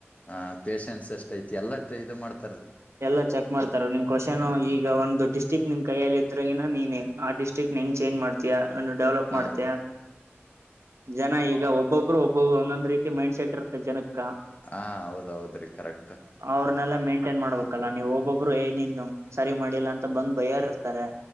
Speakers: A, on the left (about 30°); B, on the right (about 80°).
A: ಹ ಪೇೇಶನ್ಸ್ ಎಷ್ಟ ಐತಿ ಎಲ್ಲ ಇದು ಮಾಡ್ತ
B: ಎಲ್ಲ ಚೆಕ್ ಮಾಡ್ತಾರ ನಿಮ್ ಕ್ವಶನ್
A: ಹ
B: ಈಗ ಒಂದು ಡಿಸ್ಟ್ರಿಕ್ಟ್ ನಿಮ್ ಕೈಯಲ್ಲಿ ಇದ್ರಗಿನ ನೀ ಆ ಡಿಸ್ಟ್ರಿಕ್ ್ಟ ಹೆಂಗ್ಮ್ ಚೇಂಜ್ ಮಾಡ್ತಯ ಒ ಡೆವಲಪ್
A: ಹ ಹ
B: ಮಾಡ್ತಯ ಜನ ಈಗ ಒಬ್ ಒಬ್ರು ಒಬ್ಬ ಒಂದೊಂದ ರೀತಿ ಮೈಂಡ್ಟ್ ಇತ್ತೆ ಜನಕ್ಕೆ
A: ಹಾ ಹೌದೌದ್ರಿ ಕರೆಕ್ಟ್
B: ಅವ್ರ ನಲ್ಲ ಮ ಟನ್ ಮಾಡ್ಬೇಕಲ್ಲ ನೀವು ಒಬ್ಬೊಬ್ರು ಏನ ಸರಿ ಮಾಡಿಲ್ಲ ಅಂತ ಬಂದ್ ಬಯರ್ ಇರ್ತಾರೆ